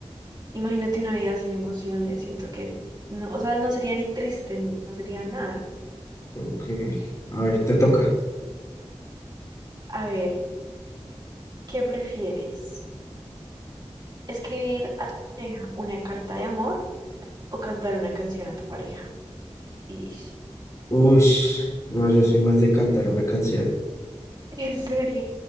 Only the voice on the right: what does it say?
Imagínate una vida sin emociones, siento que, no, o sea, no sería ni triste, no no sería nada.
A ver, ¿qué prefieres? ¿Escribir a tu pareja una carta de amor o cantar una canción a tu pareja? Ish. <laughs>
¿En serio?